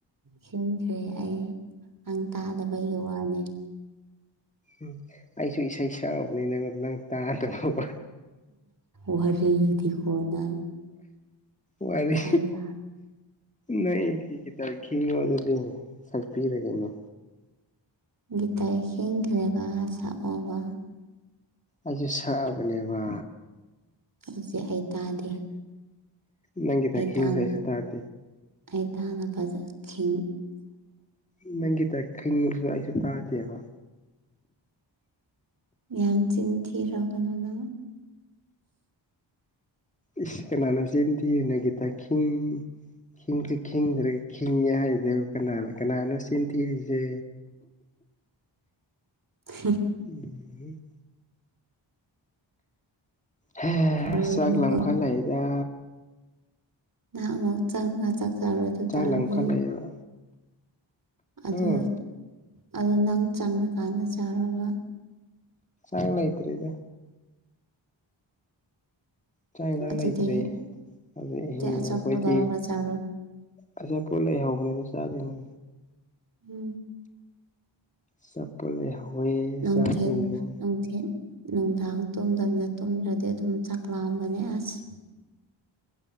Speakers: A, on the right; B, on the left.
A: ꯁꯤꯟꯈ꯭ꯔꯦ ꯑꯩ ꯅꯪ ꯇꯥꯗꯕꯒꯤ ꯋꯥꯅꯤ
B: ꯎꯝ ꯑꯩꯁꯨ ꯏꯁꯩ ꯁꯛꯎꯕꯅꯤ ꯅꯪꯟ ꯅꯪ ꯇꯥꯗꯕ
A: ꯋꯥꯔꯤꯗꯤꯀꯣ ꯅꯪ
B: ꯋꯥꯔꯤ
A: ꯁꯩꯗ
B: ꯅ ꯇꯈꯤ ꯋꯥ ꯑꯗꯨꯗꯤ ꯁꯛꯄꯤꯔꯒꯦꯅꯤ
A: ꯒꯤꯇꯥꯔ ꯈꯤꯡꯈ꯭ꯔꯦꯕ ꯁꯛ ꯑꯣ ꯕ
B: ꯑꯖꯤ ꯁꯥꯕꯅꯦꯕ
A: ꯑꯁꯤ ꯑꯩ ꯇꯥꯗꯦ
B: ꯅꯪꯒꯤꯗ
A: ꯑꯩ
B: ꯈꯤꯝ
A: ꯇꯥꯅ
B: ꯁꯥꯏ ꯁ ꯇꯥꯗꯤ
A: ꯑꯩ ꯇꯥꯅꯕꯖꯁꯤꯡ
B: ꯎ ꯅꯪꯒꯤ ꯇ ꯈꯤꯡꯁꯨ ꯑꯩꯁꯨ ꯇꯥꯗꯦꯕ
A: ꯌꯥꯝ ꯆꯤꯜ ꯊꯤꯔꯀꯅꯦꯅ
B: ꯏꯁ ꯀꯅꯥꯅ ꯆꯤꯟ ꯊꯤꯔꯤꯅ ꯒꯤꯇꯥꯔ ꯈꯤꯡ ꯈꯤꯡꯁꯨ ꯈꯤꯗ꯭ꯔꯒ ꯈꯤꯡꯉꯦ ꯍꯥꯏꯗꯦꯕ ꯀꯅꯥꯅ ꯀꯅꯥꯅꯣ ꯆꯦꯟꯊꯤꯔꯤꯁꯦ
A: ꯍꯝ
B: ꯑꯒꯤ <unintelligible> ꯍ
A: ꯇꯧꯔꯗꯤꯀꯣ
B: ꯆꯥꯛ ꯂꯥꯃꯈꯠꯂꯛ ꯏ ꯗ
A: ꯅꯍꯥꯛ ꯑꯃꯨꯛ ꯆꯪꯒ ꯆꯥꯛ ꯆꯥꯔꯨ ꯑꯗꯨ
B: ꯆꯥꯛ
A: ꯇꯥꯔꯗꯤ
B: ꯂꯝꯈꯠꯂꯛꯑꯦꯕ
A: ꯑꯗꯨ
B: ꯎꯝ
A: ꯑꯗꯨ ꯅꯪ ꯆꯪꯉꯀꯥꯟꯗ ꯆꯥꯔꯣꯕ
B: ꯆꯥꯀ ꯂꯩꯇ꯭ꯔꯦꯗ ꯆꯥꯡ ꯏꯟꯁꯥꯡ
A: ꯑꯗꯨꯗꯤ
B: ꯂꯩꯇ꯭ꯔꯦ ꯑꯗꯨꯗꯤ ꯑꯍꯤꯡꯅꯦ
A: ꯑꯆꯥꯄꯣꯠ
B: ꯑꯩꯈꯣꯏꯗꯤ
A: ꯂꯧꯔꯒ ꯆꯥꯔꯣ
B: ꯑꯁꯦ ꯄꯣ ꯂꯩ ꯍꯕꯅꯦ ꯑꯗꯨ ꯆꯥꯗꯣꯅꯦ
A: ꯎꯝ
B: ꯆꯄꯂ ꯍ
A: ꯅꯨꯡꯊꯤꯟ
B: ꯆꯥꯗꯅꯤ
A: ꯅꯨꯡꯊꯤꯟ ꯅꯨꯡꯗꯥꯡ ꯇꯨꯝꯗꯕꯅ ꯇꯨꯝꯗ꯭ꯔꯗꯤ ꯑꯗꯨꯝ ꯆꯥꯛꯂꯥꯑꯝꯕꯅꯦ ꯑꯁ